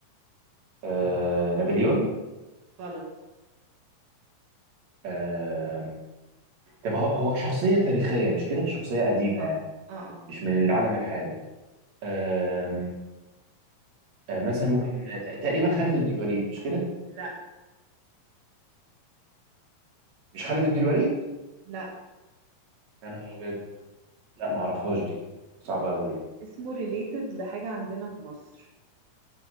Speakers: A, on the right (about 50°); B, on the right (about 80°).
A: آه نابليون
B: غلط
A: آه طب هو هو شخصية تاريخية مش كده شخصية قديمة
B: اه
A: يعني
B: اه آه.
A: مش من العالم الحالي آه آه مثلا ممكن ت- تقريبا خالد بن الوليد مش كده
B: لا
A: مش خالد بن الوليد
B: لا
A: يا نهار ابيض لا ما اعرفهاش دي صعبه قوي دي
B: اسمه ريليتد لحاجة عندنا في مصر